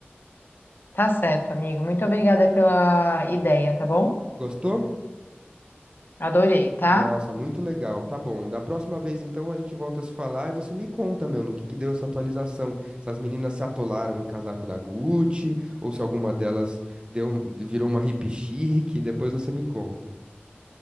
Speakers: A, on the left; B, on the right.
A: tá certo, amigo. Muito obrigada pela ideia, tá bom?
B: Gostou?
A: Adorei, tá?
B: Nossa, muito legal. Tá bom. Da próxima vez, então, a gente volta a se falar e você me conta, meu, no que que deu essa atualização. Se as meninas se atolaram em casaco da Gucci, ou se alguma delas deu, virou uma hippie chique. Depois você me conta.